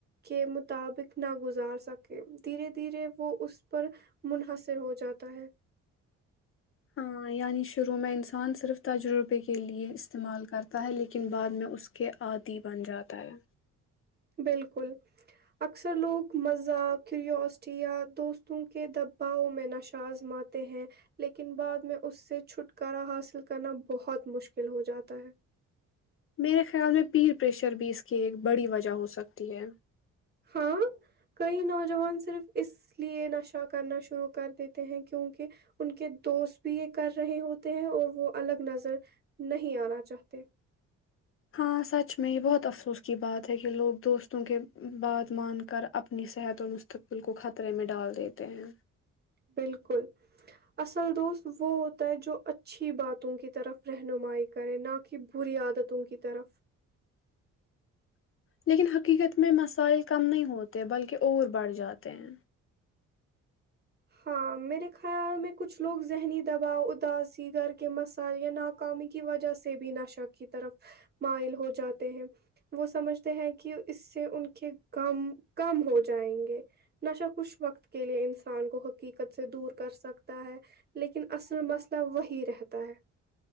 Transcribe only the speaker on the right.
کے مطابق نہ گزار سکے دھیرے دھیرے وہ اس پر منحصر ہو جاتا تو ہے
بلکل اکثر لوگ مزاک کیوروسٹی یا دوستوں کے دباؤ میں نشہ آزماتے ہیں لیکن بعد میں اس سے چھٹکارا حاصل کرنا بہت مشکل ہو جاتا ہے
ہاں کئی نوجوان صرف اس لیے نشہ کرنا شروع کر دیتے ہیں کیونکہ ان کے دوست بھی یہ کر رہے ہوتے ہیں اور وہ الگ نظر نہیں آنا چاہتے
بالکل اصل دوست وہ ہوتا ہے جو اچھا اچھی باتوں کی طرف رہنمائی کریں نہ کہ بری عادتوں کی طرف
ہاں میرے خیال میں کچھ لوگ ذہنی دباؤ اداسی گر کے مسائ یا ناکامی کی وجہ سے بھی نشہ کی طرف مائل ہو جاتے ہیں وہ سمجھتے ہیں کہ اس سے ان کے غم کم ہو جائیں گے نشا کچھ وقت کے لیے انسان کو حقیقت سے دور کر سکتا ہے لیکن اصل مسئلہ وہی رہتا تار